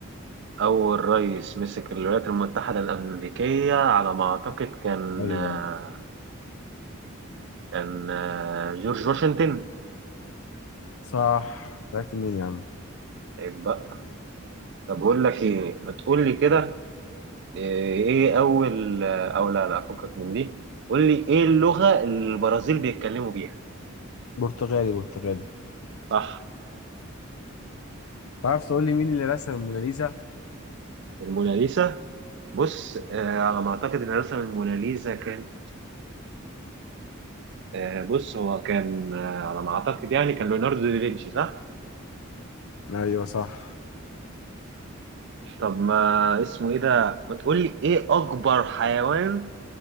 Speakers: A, on the right; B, on the left.
A: أول رئيس مسك الولايات المتحدة الأمريكية على ما أعتقد كان
B: ايوه
A: آه، كان آه، جورج واشنطن
B: صح عرفت منين يا عم
A: عيب بقى طب بقول لك إيه ما تقول لي كده ايه اول او لا لا فكك من دي قول لي ايه اللغة اللي البرازيل بيتكلموا بيها
B: برتغالي برتغالي
A: صح
B: تعرف تقول لي مين اللي رسم الموناليزا
A: الموناليزا بص آه على ما اعتقد ان رسم الموناليزا كان آه بص هو كان آه على ما اعتقد يعني كان ليوناردو دافنشي صح
B: ايوه صح
A: طب ما اسمه ايه ده ما تقول لي ايه اكبر حيوان